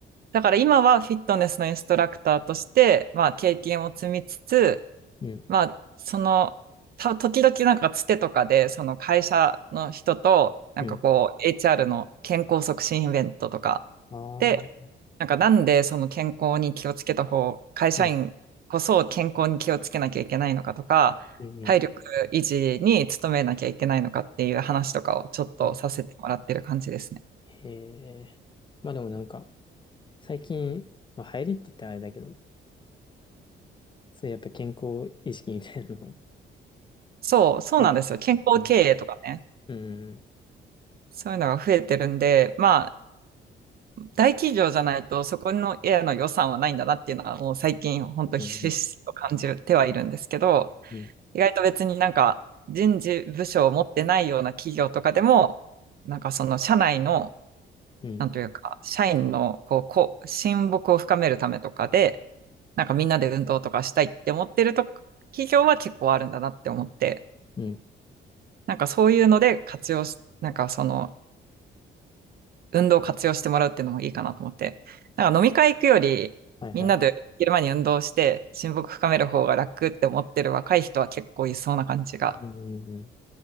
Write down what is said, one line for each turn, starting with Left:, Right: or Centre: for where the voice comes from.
Right: だから今はフィットネスのインストラクターとして、まあ、経験を積みつつ、
Left: うん、
Right: まあ、その、た時々なんかつてとかで、その会社の人と、なんかこう、
Left: うん、
Right: HR の健康促進イベントとか
Left: ああ、
Right: で、なんかなんでその健康に気をつけた方、会社員こそ健康に気をつけなきゃいけないのかとか、
Left: うん、うん、うん、
Right: 体力維持に努めなきゃいけないのかっていう話とかをちょっとさせてもらってる感じですね。
Left: うんへえまあでもなんか、最近、まあ流行りって言ったらあれだけど、そういうやっぱ健康意識みたいなの
Right: そう、そうなんですよ。
Left: あえて、
Right: 健康経営とかね。
Left: うん、うん、
Right: そういうのが増えてるんで、まあ、大企業じゃないとそこの家の予算はないんだなっていうのはもう最近本当ひしひしと感じてはいるんですけど、
Left: うん、うん、
Right: 意外と別になんか人事部署を持ってないような企業とかでも、なんかその社内の、
Left: うん、
Right: なんというか、社員のこう、こう、親睦を深めるためとかで、なんかみんなで運動とかしたいって思ってると、企業は結構あるんだなって思って、
Left: うん、
Right: なんかそういうので活用し、なんかその運動を活用してもらうっていうのもいいかなと思って、なんか飲み会行くより、
Left: はいはい。
Right: みんなで昼間に運動して親睦深める方が楽って思ってる若い人は結構いそうな感じが
Left: うん、うん、